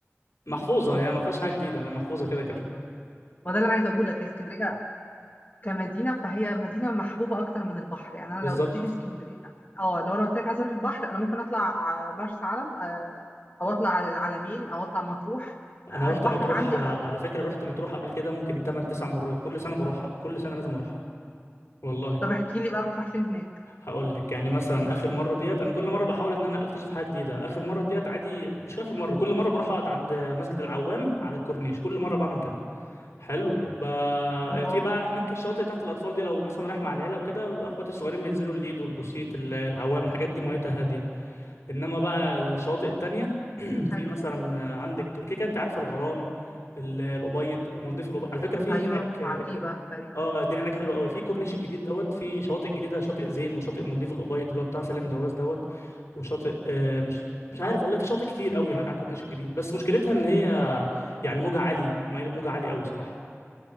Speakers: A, on the left; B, on the left.
A: محفوظه يعني ما فيهاش حاجه جديده محفوظه كده كده
B: ايوه ما ده اللي انا عايزه اقول لك هي اسكندرية كمدينة فهي مدينة محبوبة أكتر من البحر يعني
A: بالظبط
B: أنا لو قلت لي اسكندرية اه لو أنا قلت لك عايزة أروح البحر أنا ممكن أطلع آه، مرسى علم آه، أو أطلع على العلمين أو أطلع مطروح آه،
A: انا رحت
B: البحر
A: مطروح
B: عندي
A: آه،
B: أحلى
A: على فكره رحت مطروح قبل كده ممكن 8 9 مرات كل سنه بروحها كل سنه لازم اروحها والله
B: طب احكي لي بقى بتروح فين هناك
A: هقول لك يعني مثلا اخر مره ديت انا كل مره بحاول ان انا اكتشف حاجه جديده اخر مره ديت عادي مش اخر مره كل مره بروح اقعد عند مسجد العوام على الكورنيش كل مره بعمل كده حلو ب...
B: الله
A: في بقى هناك الشواطئ بتاعت الاطفال دي لو مثلا رايح مع العيله وكده بيبقى اخواتي الصغيرين بينزلوا الليد والبوسيت ال- العوام الحاجات دي ميتها هاديه انما بقى الشواطئ التانية <clears throat>
B: حلو
A: في مثلا آه، عندك كده كده انت عارف الغرام ال- الابيض مالديف الابيض على فكره في
B: أيوة
A: هناك اه
B: وعجيبة
A: الكو-
B: تقريبا
A: آه، الدنيا هناك حلوه قوي في كورنيش الجديد دوت في شواطئ جديده شاطئ زين وشاطئ مالديف الابيض اللي هو بتاع سالم دواس دوت وشاطئ آه، مش مش عارف
B: اه
A: والله في شاطئ كتير قوي هناك على الكورنيش الجديد بس مشكلتها ان هي يعني موجها عالي موجها عالي قوي صراحه